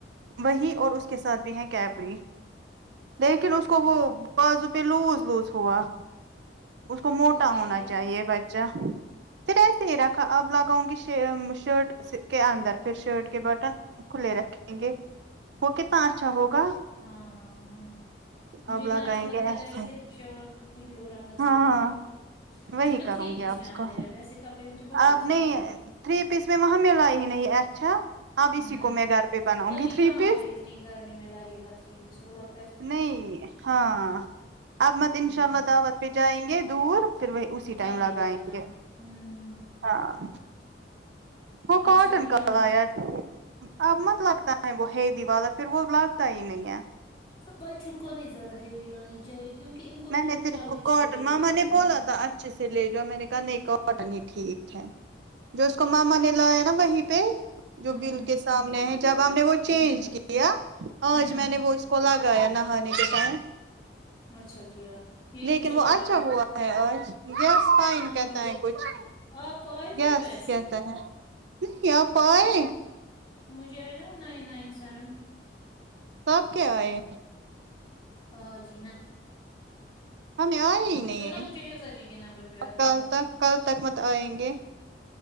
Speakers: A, on the right; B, on the left.
A: وہی اور اس کے ساتھ بھی ہیں کیپری لیکن اس کو وہ بازو پھر لوز ووز ہوا اس کو موٹا
B: پھر کیا
A: ہونا
B: کیا
A: چاہیے بچہ پھر ایسے ہی رکھا اب لگاؤں گی شا شرٹ کے اندر پھر شرٹ کے بٹن کھلے رکھیں گے وہ کتنا اچھا ہوگا
B: ہاں ہاں ہاں مجھے
A: اب
B: اتنا
A: لگائیں
B: اچھا لگتا
A: گے ایسے
B: ہے ویسے شرٹ کھلی اور اندر
A: ہاں
B: سے ٹی شرٹ
A: وہی
B: جو نا
A: کروں
B: تھری پیس
A: گی اب
B: میں
A: اس
B: آتے
A: کا
B: ہیں ویسے کپڑے مجھے بہت اچھے
A: آپ
B: لگتے
A: نہیں
B: ہیں
A: تھری پیس میں وہاں ملا ہی نہیں ہے اچھا اب اسی
B: ہوں
A: کو میں گھر پے بناؤں
B: ابھی
A: گی تھری
B: کہاں
A: پیز
B: اور اتنی گرمی میں لائے گا تھری پیز وہ ل
A: نہیں ہاں اب مت انشاء
B: ہوں
A: اللہ دعوت پہ جائیں گے دور پھر وہ اسی
B: تبھی
A: ٹائم لگائیں
B: لگانا
A: گے
B: ہوں
A: ہاں وہ
B: اچھا
A: کاٹن
B: کیا
A: کا لایا اب مت لگتا ہے وہ ہیوی والا پھر وہ لگتا ہی نہیں ہے
B: بچوں کو نہیں زیادہ ہیوی لانی چاہیے کیونکہ ان کو
A: میں
B: پھر
A: نے
B: جلدی
A: اس کو
B: چھوٹے
A: کاٹن ماما
B: ہو جاتے
A: نے
B: ہیں
A: بولا تھا اچھے سے لے جاؤ میں نے کہا نہیں کاٹن ہی ٹھیک ہے جو اس کو ماما نے لایا نا وہیں پہ جو
B: ہوں
A: بل کے سامنے ہے جب ہم نے وہ چینج
B: ہوں
A: کیا آج
B: ہوں
A: میں نے وہ اس کو لگایا نہانے کے ٹائم
B: اچھا کیا یہ
A: لیکن
B: کیوں چلا
A: وہ اچھا
B: رہا
A: ہوا ہے آج یس فائن
B: ہاں
A: کہتا
B: وہ اچھا
A: ہے کچھ
B: آپ کو آئے
A: یس
B: پھر پیسے
A: کہتا ہے نہیں آپ آئے
B: مجھے آئے نا وہ نائن نائن سیون
A: سب کیا ہے
B: اج ھی نہ
A: ہمیں آئے ہی نہیں
B: جو نا
A: ہے
B: مجھے حفظا جی کے نمبر پہ آتے
A: کل
B: ہیں
A: تک کل تک مت آئیں گے